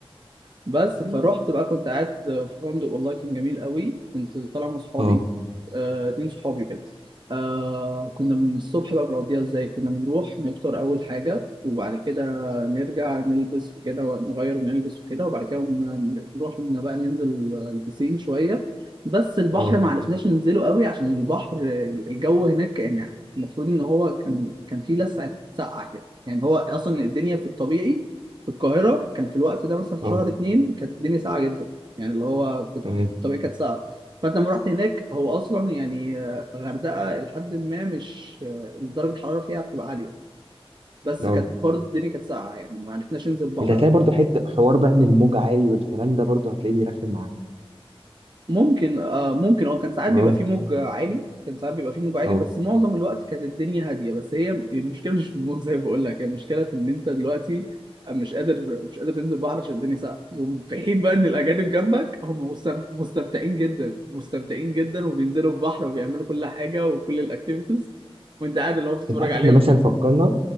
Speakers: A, on the right; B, on the right.
A: بس فروحت
B: <laughs>
A: بقى كنت قاعد في فندق والله كان جميل قوي كنت طالع مع صحابي
B: اه
A: آه، اتنين صحابي كده آه كنا من الصبح بقى بنقضيها ازاي كنا بنروح نفطر اول حاجة وبعد كده نرجع نلبس وكده ونغير ونلبس وكده وبعد كده ن- نروح إن بقى ننزل البسين شوية بس البحر
B: اه
A: ما عرفناش ننزله قوي عشان البحر الجو هناك يعني المفروض ان هو كان كان فيه لسعة سقعة كده يعني هو اصلا الدنيا في الطبيعي في القاهرة كان في الوقت ده مثلا في
B: اه
A: شهر اتنين كانت الدنيا ساقعة جدا يعني اللي هو في
B: تمام
A: الطبيعي كانت ساقعة فأنت لما رحت هناك هو أصلا يعني آه، غردقة لحد ما مش آه، درجة الحرارة فيها بتبقى عالية بس
B: اه
A: كانت برضه الدنيا كانت ساقعة يعني ما عرفناش ننزل البحر
B: انت هتلاقي
A: أوي
B: برضو حته حوار بقى ان الموج عالي والكلام ده برضو هتلاقيه بيرخم معاك
A: ممكن آه ممكن اه كان ساعات
B: اه
A: بيبقى فيه موج عالي كان ساعات بيبقى فيه موج عالي
B: اه
A: بس
B: <laughs>
A: معظم الوقت كانت الدنيا هاديه بس هي المشكله مش في الموج زي ما بقول لك هي المشكله في ان انت دلوقتي آه، مش قادر مش قادر تنزل البحر عشان الدنيا ساقعه وفي حين بقى ان الاجانب جنبك هم مستم- مستمتعين جدا مستمتعين جدا وبينزلوا البحر وبيعملوا كل حاجه وكل الاكتيفيتيز وانت قاعد اللي هو بتتفرج
B: انت عارف
A: عليهم
B: احنا مثلا
A: كده
B: فكرنا